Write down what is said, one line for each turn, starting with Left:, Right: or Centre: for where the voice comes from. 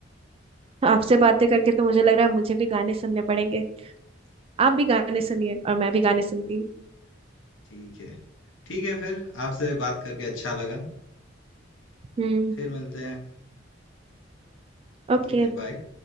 Right: आपसे बातें करके तो मुझे लग रहा है मुझे भी गाने सुनने पड़ेंगे आप भी गाने सुनिए और मैं भी गाने सुनती हूँ
Left: ठीक है ठीक है फिर आपसे बात करके अच्छा लगा
Right: हम्म
Left: फिर मिलते हैं
Right: ओके
Left: ठीक है बाय